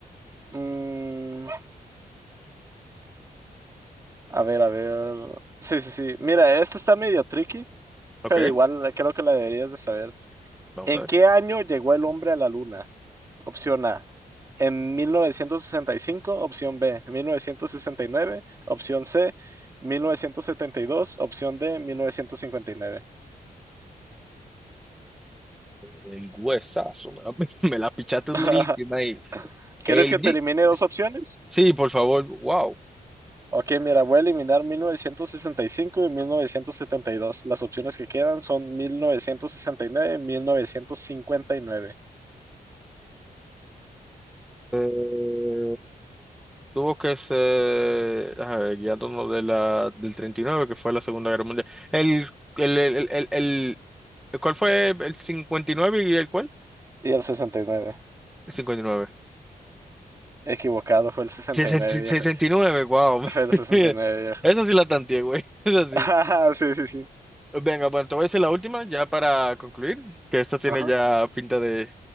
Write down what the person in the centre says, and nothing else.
Ok,
vamos
a ver.
El huesazo, me la, <laughs> me la pichaste
durísima ahí.
El
gui-
Sí, por favor, wow.
Eh, tuvo que ser, a ver, guiándonos de la, del 39 que fue la Segunda Guerra Mundial. El, el, el, el, el- el- ¿cuál fue el cincuenta y nueve y el cuál?
El cincuenta y nueve,
sesenta y-
sesenta y nueve, wow.
<laughs>
Mira,
Esa sí la tanteé, güey. <laughs> Esa sí.
Venga, bueno, te voy a decir la última ya para concluir, que esto tiene
ya pinta de,